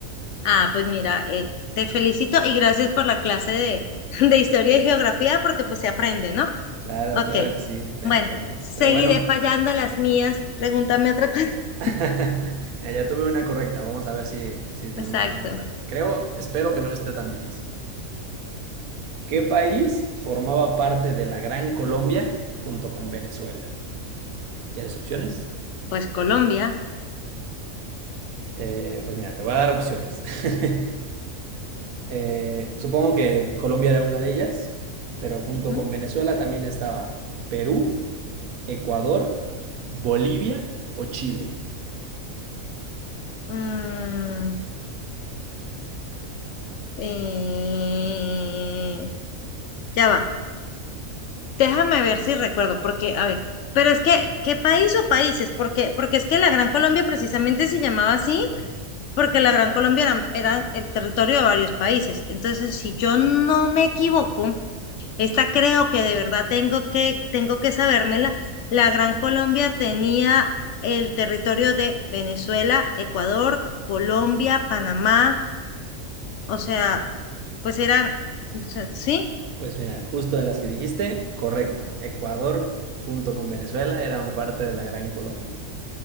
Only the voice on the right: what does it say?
Claro,
claro que sí, perfecto.
Pero bueno,
<laughs> mira, ya tuve una correcta. Vamos a ver si, si tenemos
una para ti. Creo, espero que no esté tan difícil. ¿Qué país formaba parte de la Gran Colombia junto con Venezuela? ¿Quieres opciones?
Eh, pues mira, te voy a dar opciones. <laughs> Eh, supongo que Colombia era una de ellas, pero junto
con Venezuela también estaba Perú, Ecuador, Bolivia o Chile.
Pues mira, justo de las que dijiste, correcto. Ecuador junto con Venezuela eran parte de la Gran Colombia.